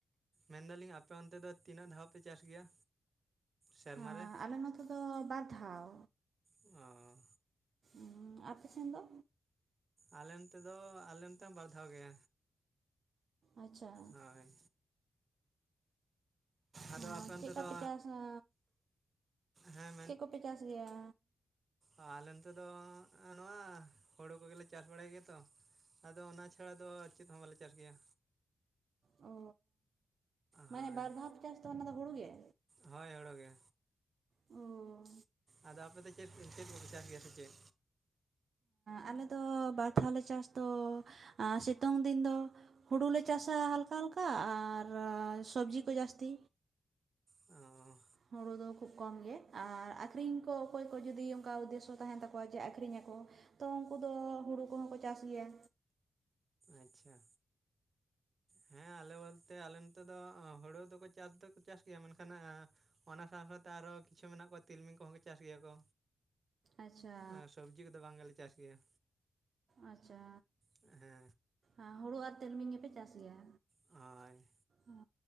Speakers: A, on the right; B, on the right.
A: ᱢᱮᱱᱫᱟᱞᱤᱧ ᱟᱯᱮ ᱚᱱᱛᱮ ᱫᱚ ᱛᱤᱱᱟᱹᱜ ᱫᱷᱟᱣ ᱯᱮ ᱪᱟᱥ ᱜᱮᱭᱟ? ᱥᱮᱨᱢᱟ
B: ᱟᱸᱻ
A: ᱨᱮ
B: ᱟᱞᱮ ᱱᱚᱛᱮ ᱫᱚ ᱵᱟᱨ ᱫᱷᱟᱣ᱾
A: ᱚ᱾
B: ᱩᱸᱻ ᱟᱯᱮ ᱥᱮᱱ ᱫᱚ?
A: ᱟᱞᱮ ᱱᱚᱛᱮ ᱫᱚ, ᱟᱞᱮ ᱱᱚᱛᱮ ᱦᱚᱸ ᱵᱟᱨ ᱫᱷᱟᱣ ᱜᱮ
B: ᱟᱪᱪᱷᱟ
A: ᱦᱳᱭ᱾ ᱟᱫᱚ
B: ᱚ,
A: ᱟᱯᱮ ᱚᱱᱛᱮ
B: ᱪᱮᱫᱠᱟᱯᱮ
A: ᱫᱚ
B: ᱪᱟᱥᱟ,
A: ᱦᱮᱸ
B: ᱪᱮᱫ ᱠᱚᱯᱮ ᱪᱟᱥ ᱜᱮᱭᱟ?
A: ᱟ, ᱟᱞᱮ ᱱᱚᱛᱮ ᱫᱚ ᱱᱚᱣᱟ ᱦᱩᱲᱩ ᱠᱚᱜᱮᱞᱮ ᱪᱟᱥ ᱵᱟᱲᱟᱭ ᱜᱮᱭᱟ ᱛᱚ᱾ ᱟᱫᱚ ᱚᱱᱟ ᱪᱷᱟᱲᱟ ᱫᱚ ᱪᱮᱫ ᱦᱚᱸ ᱵᱟᱞᱮ ᱪᱟᱥ ᱜᱮᱭᱟ᱾
B: ᱚ,
A: ᱦᱳᱭ
B: ᱢᱟᱱᱮ ᱵᱟᱨ ᱫᱷᱟᱣ ᱯᱮ ᱪᱟᱥ ᱛᱟᱦᱮᱸᱫ ᱚᱱᱟ ᱫᱚ ᱦᱩᱲᱩ ᱜᱮ?
A: ᱦᱳᱭ, ᱦᱩᱲᱩ ᱜᱮ᱾
B: ᱳᱻ᱾
A: ᱟᱫᱚ ᱟᱯᱮ ᱫᱚ ᱪᱮᱫ, ᱪᱮᱫ ᱠᱚᱯᱮ ᱪᱟᱥ ᱜᱮᱭᱟ ᱥᱮ ᱪᱮᱫ?
B: ᱟᱸᱻ ᱟᱞᱮ ᱫᱚ ᱵᱟᱨ ᱫᱷᱟᱣ ᱞᱮ ᱪᱟᱥ ᱛᱚ ᱟᱸ ᱥᱮᱛᱩᱝ ᱫᱤᱱ ᱫᱚ ᱦᱩᱲᱩ ᱞᱮ ᱪᱟᱥᱟ ᱦᱟᱞᱠᱟ ᱦᱟᱞᱠᱟ ᱟᱨ ᱥᱚᱵᱽᱡᱤ ᱠᱚ ᱡᱟᱥᱛᱤ᱾
A: ᱚᱻ᱾
B: ᱦᱳᱲᱩ ᱫᱚ ᱠᱷᱩᱵ ᱠᱚᱢ ᱜᱮ ᱟᱨ ᱟᱠᱷᱨᱤᱧ ᱠᱚ ᱚᱠᱚᱭ ᱠᱚ ᱡᱩᱫᱤ ᱚᱱᱠᱟ ᱩᱫᱽᱫᱮᱥᱥᱚ ᱛᱟᱦᱮᱱ ᱛᱟᱠᱚᱣᱟ ᱡᱮ ᱟᱠᱷᱨᱤᱧᱟ ᱠᱚ᱾ ᱛᱚ ᱩᱱᱠᱩ ᱫᱚ ᱦᱩᱲᱩ ᱠᱚᱦᱚᱸ ᱠᱚ ᱪᱟᱥ ᱜᱮᱭᱟ᱾
A: ᱟᱪᱪᱷᱟ᱾ ᱦᱮᱸ ᱟᱞᱮ ᱵᱚᱞᱛᱮ ᱟᱞᱮ ᱱᱚᱛᱮ ᱫᱚ ᱚᱸ ᱦᱩᱲᱩ ᱫᱚᱠᱚ ᱪᱟᱥ ᱫᱚᱠᱚ ᱪᱟᱥ ᱜᱮᱭᱟ ᱢᱮᱱᱠᱷᱟᱱ ᱟᱻ ᱚᱱᱟ ᱥᱟᱶ ᱥᱟᱶᱛᱮ ᱟᱨᱦᱚᱸ ᱠᱤᱪᱷᱩ ᱢᱮᱱᱟᱜ ᱠᱚᱣᱟ ᱛᱤᱞᱢᱤᱧ ᱠᱚᱦᱚᱸ ᱠᱚ ᱪᱟᱥ ᱜᱮᱭᱟ ᱠᱚ᱾
B: ᱟᱪᱪᱷᱟ
A: ᱟᱨ ᱥᱚᱵᱽᱡᱤ ᱠᱚᱫᱚ ᱵᱟᱝ ᱜᱮᱞᱮ ᱪᱟᱥ ᱜᱮᱭᱟ᱾
B: ᱟᱪᱪᱷᱟ᱾
A: ᱮ ᱦᱮᱸ᱾
B: ᱟᱸᱻ ᱦᱩᱲᱩ ᱟᱨ ᱛᱤᱞᱢᱤᱧ ᱜᱮᱯᱮ ᱪᱟᱥ ᱜᱮᱭᱟ?
A: ᱦᱳᱭ᱾
B: ᱚ